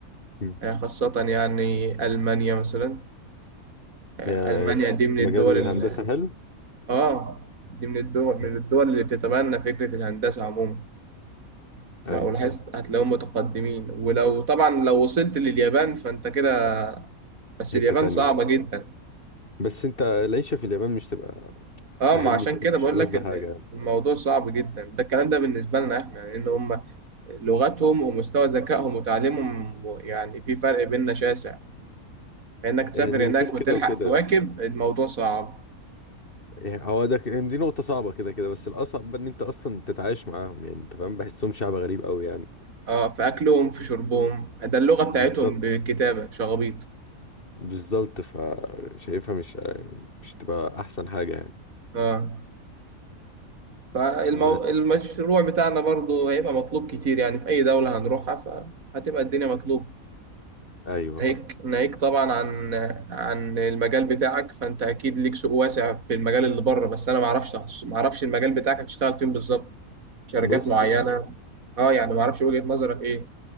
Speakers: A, on the left; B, on the right.
A: مم.
B: آه، خاصة يعني المانيا مثلا آه،
A: يعني
B: المانيا
A: في
B: دي من
A: مجال
B: الدول
A: الهندسة
B: ال...
A: حلو
B: اه دي من الدول من
A: مم.
B: الدول اللي بتتبنى فكرة الهندسة عموما
A: ايوه
B: او لاحظت
A: فاهم
B: هتلاقيهم متقدمين ولو طبعا لو وصلت لليابان فانت كده بس
A: حتة
B: اليابان
A: تانية
B: صعبة جدا
A: بس انت العيشة في اليابان مش تبقى
B: اه
A: فاهمني
B: ما عشان
A: كده
B: كده
A: مش
B: بقول
A: ألذ
B: لك ال-
A: حاجة
B: الموضوع صعب جدا ده الكلام ده بالنسبة لنا احنا لان يعني هم لغتهم ومستوى ذكائهم وتعليمهم يعني في فرق بيننا شاسع فانك تسافر
A: يعني وغير
B: هناك
A: كده
B: وتلحق
A: وكده
B: تواكب الموضوع صعب
A: يعني هو ده ك- دي نقطة صعبة كده كده بس الأصعب بقى إن أنت أصلا تتعايش معاهم يعني أنت فاهم بحسهم شعب غريب أوي يعني
B: اه في اكلهم في شربهم ده اللغة بتاعتهم
A: بالظبط
B: بكتابة شغبيط
A: بالظبط فشايفها مش مش تبقى أحسن حاجة يعني
B: اه فالمشروع
A: بس
B: بتاعنا برضو هيبقى مطلوب كتير يعني في اي دولة هنروحها فهتبقى الدنيا مطلوبة
A: أيوه
B: ناهيك
A: فاهم
B: ناهيك طبعا عن عن المجال بتاعك فانت اكيد ليك سوق واسع في المجال اللي بره بس انا ما اعرفش ما اعرفش المجال بتاعك هتشتغل فين بالظبط شركات
A: بص
B: معينه اه يعني ما اعرفش وجهه نظرك ايه